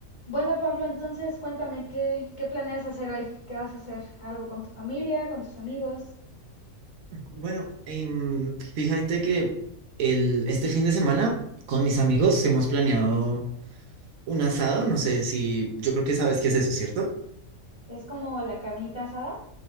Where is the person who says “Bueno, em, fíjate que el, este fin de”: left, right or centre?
Right